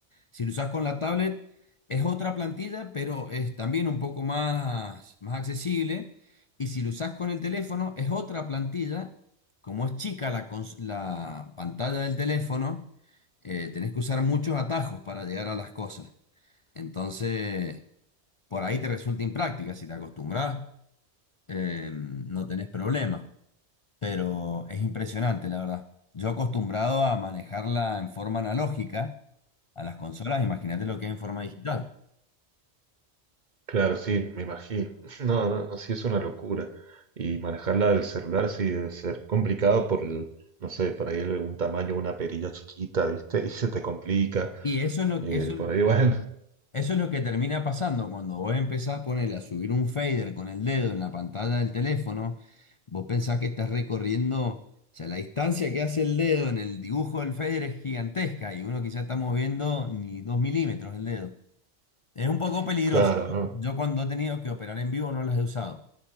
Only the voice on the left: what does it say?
Si lo usas con la tablet, es otra plantilla, pero es también un poco más, más accesible. Y si lo usas con el teléfono, es otra plantilla. Como es chica la, cons- la pantalla del teléfono, eh, tenés que usar muchos atajos para llegar a las cosas. Entonces, por ahí te resulta impráctica. Si te acostumbras, eh, no tenés problema pero es impresionante, la verdad. Yo acostumbrado a manejarla en forma analógica a las consolas, imagínate lo que es en forma digital.
Y eso es lo,
eso,
eso es lo que termina pasando cuando vos empezás ponerle a subir un fader con el dedo en la pantalla del teléfono, vos pensás que estás recorriendo, o sea, la distancia que hace el dedo en el dibujo del fader es gigantesca y uno quizás está moviendo ni dos milímetros el dedo. Es un poco peligroso.
Yo cuando he tenido que operar en vivo no las he usado.